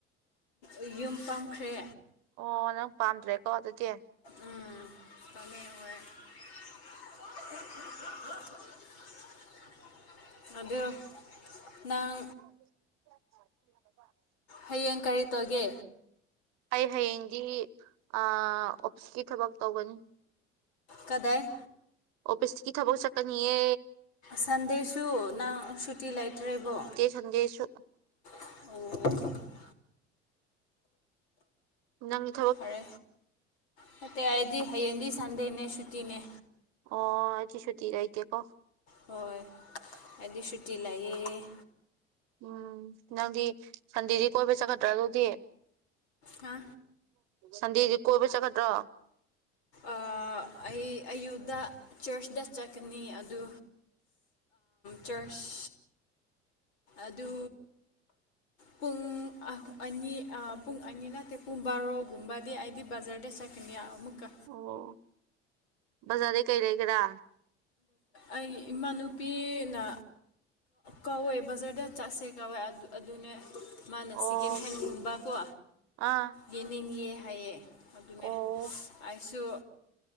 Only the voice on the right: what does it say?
ꯑꯣ ꯅꯪ ꯄꯥꯝꯗ꯭ꯔꯦꯀꯣ ꯑꯗꯨꯗꯤ
<inaudible>
ꯑꯩ ꯍꯌꯦꯡꯗꯤ ꯑꯣꯐꯤꯁꯀꯤ ꯊꯕꯛ ꯇꯧꯒꯅꯤ
ꯑꯣꯐꯤꯁꯇ ꯀ ꯊꯕꯛ ꯆꯀꯅꯤꯌꯦ
ꯆꯟꯗꯦꯁ
ꯅꯪ
ꯑꯣ ꯑꯗꯨꯗꯤ ꯁꯨꯇꯤ ꯀꯩꯀꯦꯀꯣ
ꯎꯝ ꯅꯪꯗꯤ ꯁꯟꯗꯤꯗꯤ ꯀꯣꯏꯕꯩ ꯆꯠꯈꯠꯇ꯭ꯔ ꯑꯗꯨꯗꯤ
ꯁꯥꯟꯗꯤ ꯀꯣꯣꯏ ꯄꯩꯁ ꯈꯇ꯭ꯔ
ꯑꯣ ꯕꯖꯥꯔꯗꯩ ꯀꯩ ꯂꯩꯒꯦꯔꯥ
ꯑꯣ
ꯑꯥ
ꯑꯣ